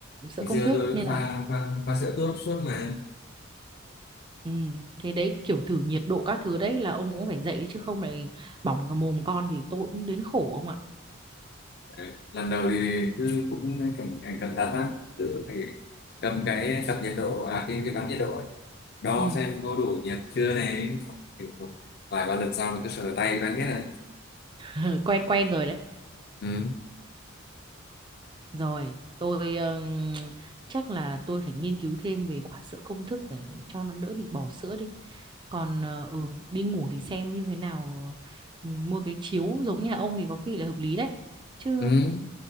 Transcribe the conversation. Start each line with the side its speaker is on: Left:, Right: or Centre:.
Right: sợ
Left: ngày
Right: công
Left: xưa
Right: thức
Left: tôi
Right: nên
Left: pha
Right: là
Left: pha, pha sữa tốt suốt mà
Right: ừ, thế đấy kiểu thử nhiệt độ các thứ đấy là ông cũng phải dạy chứ không lại bỏng cả mồm con thì tôi cũng đến khổ ông ạ
Left: Đấy. lần đầu thì cứ cũng cảnh cảnh cẩn thận lắm tự phải cầm cái cặp nhiệt độ à cái cái bán nhiệt độ ấy đo
Right: ừ,
Left: xem có đủ nhiệt chưa này Kiểu vài ba lần sau mình cứ sờ tay quen hết rồi
Right: <laughs> quen quen rồi đấy
Left: ừ.
Right: Rồi, tôi ừm, chắc là tôi phải nghiên cứu thêm về quả sữa công thức để cho nó đỡ bị bỏ sữa đi. Còn ờ, ừ, đi ngủ thì xem như thế nào ừ, mua cái chiếu giống nhà ông thì có khi là hợp lý đấy. Chứ
Left: ừ.